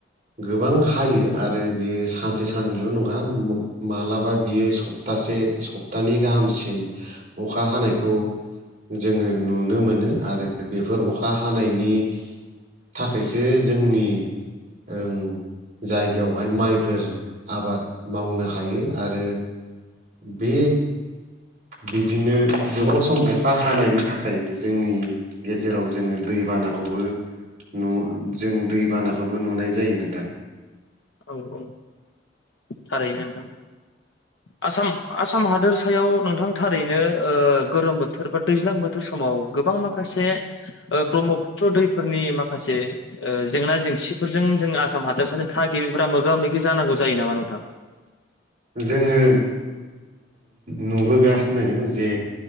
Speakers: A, on the right (about 45°); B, on the left (about 80°).
A: गोबां हायो आरो बियो सान से सानलु नङा मोब मालाबा बियो सप्तासे सप तानि गाहामसिम अखा हानायखौ जोङो नुनो मोनो आरो बेफोर अखा हानायनि थाखायसो जोंनि ओं जायगायावहाय माइफोर आबाद मावनो हायो आरो। बे बिदिनो गोबाव सम अखा हानायनि थाखाय जोंनि गेजेराव जोङो दैबानाखौबो न' जों दैबानाखौबो नुनाय जायो नोंथां।
B: औ औ थारैनो नोंथां।
A: ज <inaudible>
B: आसाम आसाम हादोर सायाव नोंथां थारैनो ओ गोरोम बोथोर बा दैज्लां बोथोर समाव गोबां माख खासे ओ ब्रह्मपुत्र दैफोरनि माखासे जेंना जेंसिफोरजों जोङो आसाम हादोरसानो थागिबिफ्रा मोगा मोगि जानांगौ जायो नामा नोंथां?
A: जोङो नुबोगासिनो जे